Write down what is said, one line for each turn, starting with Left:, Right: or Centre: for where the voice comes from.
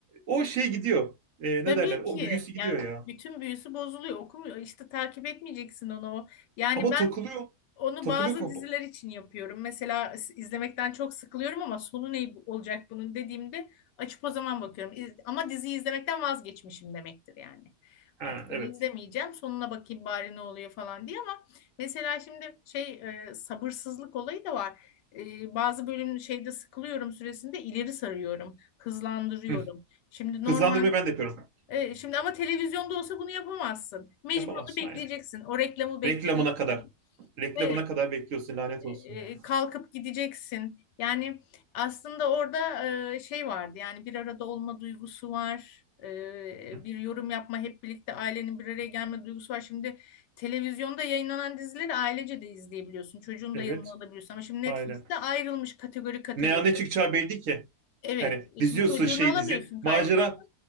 Right: o şey gidiyor. E, ne
Left: Tabii
Right: derler?
Left: ki.
Right: O büyüsü gidiyor
Left: Yani
Right: ya.
Left: bütün büyüsü bozuluyor. Okumuyor. İşte takip etmeyeceksin onu. O- Yani
Right: Ama
Left: ben
Right: takılıyor.
Left: Onu
Right: Takılıyor
Left: bazı
Right: kafa.
Left: diziler için yapıyorum. Mesela s- izlemekten çok sıkılıyorum ama sonu ne olacak bunun dediğimde açıp o zaman bakıyorum. İz- Ama diziyi izlemekten vazgeçmişim demektir yani.
Right: Ha
Left: Artık
Right: evet.
Left: onu izlemeyeceğim. Sonuna bakayım bari ne oluyor falan diye ama mesela şimdi şey e, sabırsızlık olayı da var. E, bazı bölüm şeyde sıkılıyorum süresinde ileri sarıyorum, hızlandırıyorum.
Right: Hı.
Left: Şimdi
Right: Hızlandırmayı
Left: normal
Right: ben de yapıyorum.
Left: e, şimdi ama televizyonda olsa bunu yapamazsın. Mecbur
Right: Yapamazsın
Left: onu bekleyeceksin.
Right: aynen.
Left: O reklamı bekleyeceksin.
Right: Reklamına kadar. Reklamına
Left: Evet
Right: kadar bekliyorsun lanet olsun
Left: e,
Right: ya.
Left: kalkıp gideceksin. Yani aslında orada e, şey vardı yani bir arada olma duygusu var. E,
Right: Hı.
Left: bir yorum yapma hep birlikte ailenin bir araya gelme duygusu var. Şimdi televizyonda yayınlanan dizileri ailece de izleyebiliyorsun. Çocuğunu
Right: Evet,
Left: da yanına alabiliyorsun. Ama şimdi Netflix'te
Right: aynen.
Left: ayrılmış kategori kategori.
Right: Ne an ne çıkacağı belli ki.
Left: Evet.
Right: Yani
Left: e
Right: diziyorsun
Left: Şimdi çocuğunu
Right: şey
Left: alamıyorsun
Right: dizi,
Left: kaygını.
Right: macera